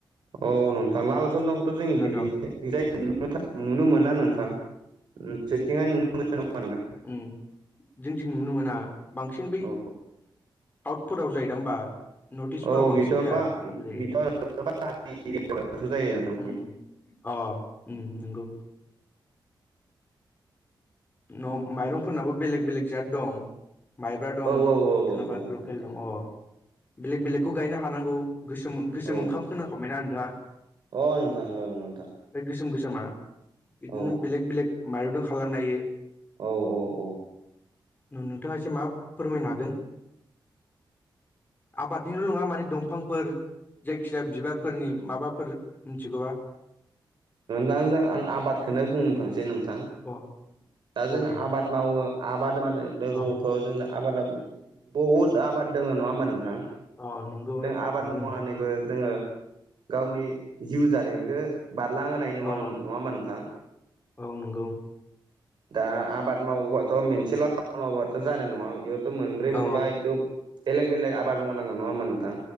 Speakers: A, on the right; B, on the left.
A: औ नोंथां लाल सन्दंखौथ' जोंनि
B: दं
A: थिायजाय नु-नुनो मोना नोंथां <unintelligible>
B: उ जोंथिं नुनो मोना बांसिन बै
A: औ
B: आउटफोराव जायोदा होमबा नटिसफोराव
A: औ औ
B: बांसिन
A: बेथ'
B: जाया
A: बा
B: खम जायो
A: बेथ' बाहानि एरियाफोरावसो जायो नोंथां
B: ओम अ उ नंगौ। न' माइरंफोरनाबो बेलेग बेलेग जात दं। माइब्रा दं
A: औ औ
B: सोनेबा
A: औ
B: लकेल
A: नोंथां
B: दं अ बेलेग बेलेगखौ गायनो हानांगौ गोसोम गोसोम
A: औ
B: ओंखाम खोनांखाबायना नोंथाङा
A: अ नोंथां ओं नोंथां।
B: गोसोम गोसोमा बिदिनो
A: औ
B: बेलेग बेलेग माइरं दो खालामनो हायो।
A: औ औ औ।
B: नु-नुथाङा एसे मा फोरमायनो हागोन आबादनिल' नङा माने दंफांफोर जायखिजाया बिबारफोरनि माबाफोर मिथिगौबा
A: दा जों आं आबादखौनो बुंनो थांसै नोंथां
B: अ
A: दा जों
B: औ दे
A: आबाद मावो आबाद माने लोगोआव
B: अ
A: फ जोंना आबादा ब-बहुद आबाद दङ नङा होमबा नोंथां
B: अ नंगौ
A: जों आबाद
B: नंगौ
A: मावनानैबो
B: नोंथां
A: जोङो गावनि जिउ जारिमिनखो नांनाय नङानोम
B: अ
A: नङा होमबा नोंथां
B: औ नंगौ
A: दा आबाद मावोबाथ' मोनसेल' आबाद मावोबाथ' जानाय नङा थो मोनब्रै मोनबा
B: अ
A: एथ' बेलेग बेलेग आबाद मावनांगोन नङा होमा नोंथां